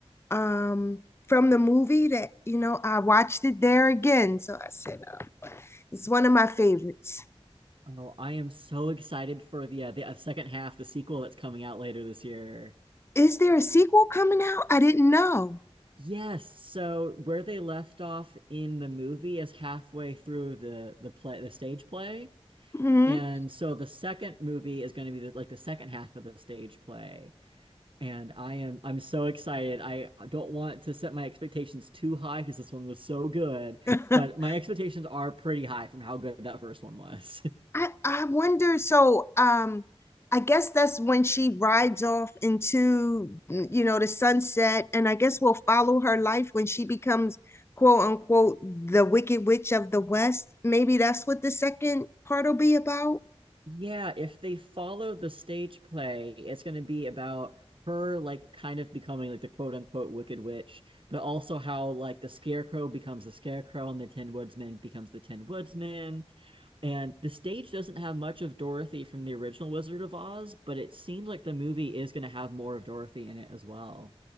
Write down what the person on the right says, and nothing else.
Oh, I am so excited for the uh, the uh, second half, the sequel that's coming out later this year.
Yes, so where they left off in the movie is halfway through the the play, the stage play.
And so the second movie is going to be the, like the second half of the stage play. And I am I'm so excited. I don't want to set my expectations too high because this one was so good,
but my expectations are pretty high from how good that first one was.
<laughs> yeah, if they follow the stage play, it's going to be about her like kind of becoming like the quote unquote wicked witch, but also how like the scarecrow becomes the scarecrow and the tin woodsman becomes the tin woodsman And the stage doesn't have much of Dorothy from the original Wizard of Oz, but it seems like the movie is going to have more of Dorothy in it as well.